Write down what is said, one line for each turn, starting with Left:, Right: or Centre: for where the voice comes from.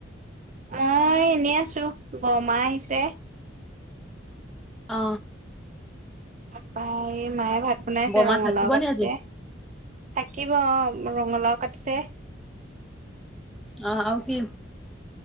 Right: মই এনেই আছো। বৰমা আহিছে।
Centre: অ।
Right: তাপা এ মায়ে ভাত বনাইছে,
Centre: বমা
Right: ৰঙালাও
Centre: থাকিব
Right: কাটিছে।
Centre: নি আজি?
Right: থাকিব ৰঙালাও কাটিছে।
Centre: অ, আৰু কি?